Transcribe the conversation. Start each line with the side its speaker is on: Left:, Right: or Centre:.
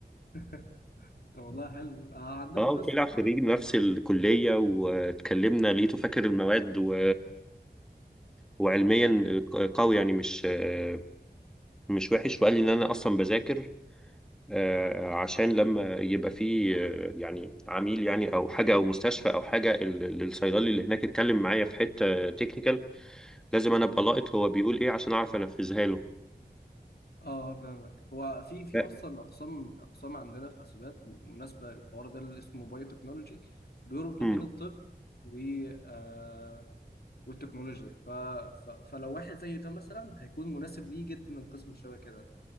Left: <laughs> طب والله حلو آه،
Centre: <laughs>
Left: عندنا
Centre: اه
Left: قسم
Centre: وطلع خريج نفس الكليه واتكلمنا لقيته فاكر المواد و وعلميا آه، قوي يعني مش آه، مش وحش وقال لي ان انا اصلا بذاكر آه، عشان لما يبقى فيه آه، يعني عميل يعني او حاجه او مستشفى او حاجه ال- ال- الصيدلي اللي هناك اتكلم معايا في حته تكنيكال لازم انا ابقى لاقط هو بيقول ايه عشان اعرف انفذها له
Left: اه فاهمك هو في في
Centre: لا.
Left: اصلا اقسام اقسام عندنا في حاسبات مناسبه للحوار ده اللي اسمه بايو تكنولوجي بيربط ما
Centre: مم.
Left: بين الطب و آه والتكنولوجيا ف... ف... فلو واحد زي ده مثلا هيكون مناسب ليه جدا القسم اللي شبه كده